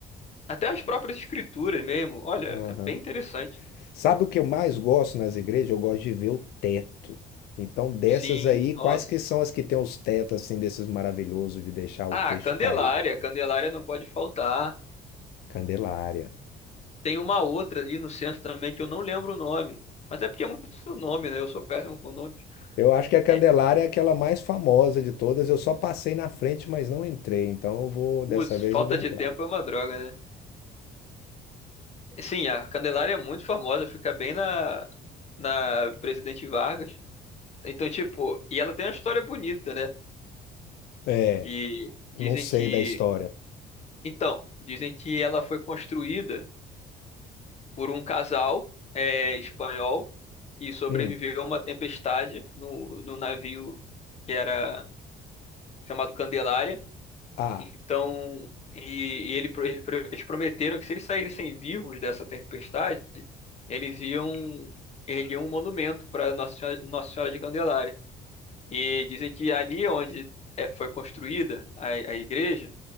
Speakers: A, on the left (about 40°); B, on the left (about 70°).
A: até as próprias escrituras mesmo. Olha,
B: Aham.
A: é bem interessante.
B: Sabe o que eu mais gosto nas igrejas? Eu gosto de ver o teto. Então, dessas
A: Sim,
B: aí,
A: nossa.
B: quais que são as que tem os tetos assim desses maravilhosos de deixar o
A: Ah,
B: queixo
A: Candelária,
B: cair?
A: Candelária não pode faltar.
B: Candelária.
A: Tem uma outra ali no centro também que eu não lembro o nome. Até porque é muito nome, né? Eu sou péssimo com nomes.
B: Eu acho que a Candelária
A: É,
B: é aquela mais famosa de todas. Eu só passei na frente, mas não entrei. Então, eu vou dessa
A: os,
B: vez
A: falta
B: eu vou entrar.
A: de tempo é uma droga, né? Sim, a Candelária é muito famosa, fica bem na, na Presidente Vargas. Então, tipo, e ela tem uma história bonita, né?
B: É,
A: Que dizem
B: não sei
A: que.
B: da história.
A: Então, dizem que ela foi construída. por um casal é, espanhol que sobreviveu
B: Hum.
A: a uma tempestade no, no navio que era chamado Candelária.
B: Ah,
A: Então, e, e ele, pro- ele pro- eles prometeram que se eles saíssem vivos dessa tempestade, eles iam erguer um monumento para Nossa Senhora, Nossa Senhora de Candelária. E dizem que ali onde é, foi construída a, a igreja,